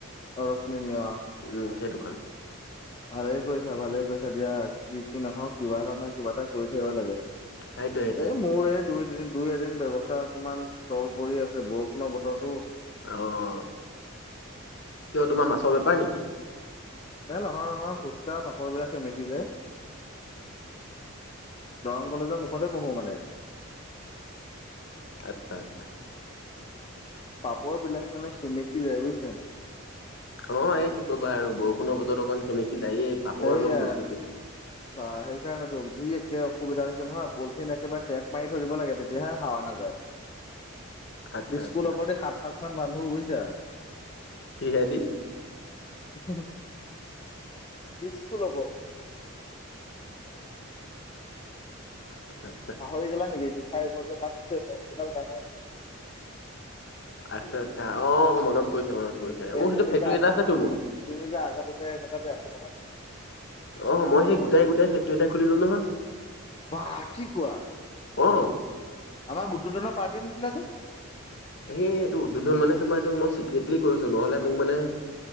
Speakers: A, on the left; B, on the left.
A: অ', ৰুক্মিণী অ'।
B: উম, সেইদুখন।
A: ভালেই কৰিছা, ভালেই কৰিছা দিয়া। যি কি নহওঁক, কিবা এটা নহয় কিবা এটা কৰি থাকিব লাগে।
B: সেইটোৱে সেইটোৱে
A: এ, মোৰ এই দুই এদিন, দুই এদিন ব্যৱসায় অকনমান তল পৰি আছে, বৰষুণৰ বতৰতো।
B: অঁ, কিয় তোমাৰ মাছৰ বেপাৰ নেকি?
A: এ, নহয়, নহয় ফুচকা, পাপৰ বিলাক সেমেকি যায়। দৰং কলেজৰ মুখতে বহো মানে।
B: আচ্ছা, আচ্ছা।
A: পাপৰ বিলাক মানে সেমেকি যায় বুজিছা।
B: অ', এই কি ক'বা আৰু বৰষুণৰ বতৰত অকণ সেমেকি যায়েই পাপৰ
A: সেইয়া
B: আৰু বস্তুটো
A: <inaudible> বা সেইকাৰণেতো যি একে অসুবিধা হৈছে নহয় বলচিন একেবাৰে টেপ মাৰি ধৰিব লাগে তেতিয়াহে হাৱা নাযায়।
B: আচ্ছা আচ্ছা
A: স্কুলৰ প্ৰতি সাত পাখ মান মানুহ বুজিছা
B: কিহেদি?
A: <inaudible> বিস্কুল ল'ব
B: আচ্ছা আচ্ছা।
A: পাহৰি গলা নেকি <unintelligible> ডাঙৰ
B: আচ্ছা আচ্ছা অ', অ', মনত পৰিছে মনত পৰিছে
A: এ
B: মোৰ সেইটো
A: তুমি
B: ফেক্টৰী
A: যে আগত,
B: এটা আছেতো মোৰ।
A: তুমি যে আগতে যে এনেকুৱা যে একো পাবা
B: অ', মই সেই গোটাই - গোটাই ফেক্টৰী এটা খুলিলো নহয়।
A: বাহ কি কোৱা?
B: অ',
A: আমাৰ গোটোজনৰ পাৰ্টি নিদিলে যে?
B: সেই এইটো উদ্বোধন মানে তোমাৰ এইটো মই চিক্ৰেটলি কৰিছোঁ নহ'লে মোক মানে